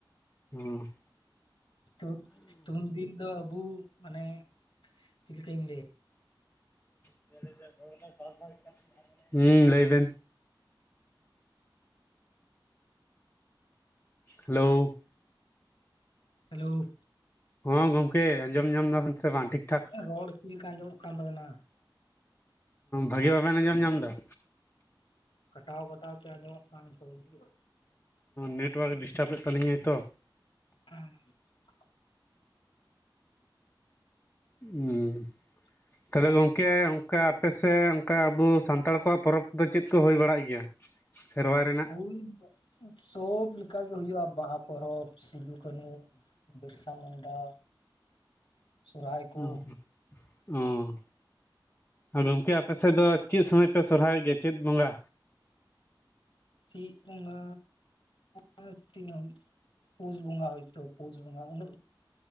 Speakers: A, on the left; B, on the left.
A: ᱦᱩᱸ
B: ᱛᱩᱫ ᱛᱩᱱᱫᱤᱱ ᱫᱚ ᱟᱵᱩ ᱢᱟᱱᱮ ᱪᱤᱞᱠᱟᱹᱧ ᱞᱟᱹᱭᱟ
A: <inaudible> ᱦᱩᱸ ᱞᱟᱹᱭ ᱵᱮᱱ ᱦᱮᱞᱳᱣ
B: ᱦᱮᱞᱳᱣ
A: ᱦᱚᱸ ᱜᱚᱝᱠᱮ ᱟᱸᱡᱚᱢ ᱧᱟᱢ ᱮᱫᱟᱵᱤᱱ ᱥᱮ ᱵᱟᱝ ᱴᱷᱤᱠ ᱴᱷᱟᱠ
B: ᱨᱚᱲ ᱪᱤᱞᱠᱟ ᱟᱸᱡᱚᱢᱚᱜ ᱠᱟᱱ ᱛᱟᱵᱮᱱᱟ
A: ᱵᱷᱟᱜᱤ ᱵᱟᱵᱮᱱ ᱟᱸᱡᱚᱢ ᱧᱟᱢ ᱫᱟ
B: ᱠᱟᱴᱟᱣ ᱠᱟᱴᱟᱣ ᱛᱮ ᱟᱸᱡᱚᱢᱚᱜ ᱠᱟᱱ ᱛᱟᱭ ᱜᱮ
A: ᱱᱮᱴᱳᱣᱟᱨᱠ ᱰᱤᱥᱴᱟᱵᱮᱫ ᱛᱟᱞᱤᱧᱟᱭ ᱛᱚ
B: <unintelligible>
A: ᱦᱩᱸ
B: <inaudible>
A: ᱛᱟᱦᱚᱞᱮ ᱜᱚᱝᱠᱮ ᱚᱝᱠᱟ ᱟᱯᱮ ᱥᱮᱫ ᱚᱝᱠᱟ ᱟᱵᱩ ᱥᱟᱱᱛᱟᱲ ᱠᱚᱣᱟᱜ ᱯᱚᱨᱚᱵᱽ ᱫᱚ ᱪᱮᱫ ᱠᱚ ᱦᱩᱭ ᱵᱟᱲᱟᱜ ᱜᱮᱭᱟ ᱥᱮᱨᱣᱟ ᱨᱮᱱᱟᱜ
B: ᱦᱩᱭ ᱫᱚ ᱥᱚᱵ ᱞᱮᱠᱟᱜᱮ ᱦᱩᱭᱩᱜᱼᱟ ᱵᱟᱦᱟ ᱯᱚᱨᱚᱵᱽ ᱥᱤᱫᱩ ᱠᱟᱹᱱᱩ ᱵᱤᱨᱥᱟ ᱢᱩᱱᱰᱟ ᱥᱚᱨᱦᱟᱭ
A: <inaudible>
B: ᱠᱚ
A: ᱚᱸ ᱟᱫᱚ ᱜᱚᱝᱠᱮ ᱟᱯᱮ ᱥᱮᱫ ᱫᱚ ᱪᱮᱫ ᱥᱚᱢᱚᱭ ᱯᱮ ᱥᱚᱨᱦᱟᱭᱚᱜ ᱜᱮᱭᱟ ᱪᱮᱫ ᱵᱚᱸᱜᱟ
B: ᱪᱤᱜ ᱵᱚᱸᱜᱟ <unintelligible> ᱯᱩᱥ ᱵᱚᱸᱜᱟ ᱦᱳᱭᱛᱳ ᱯᱩᱥ ᱵᱚᱸᱜᱟ ᱩᱱᱟᱹᱜ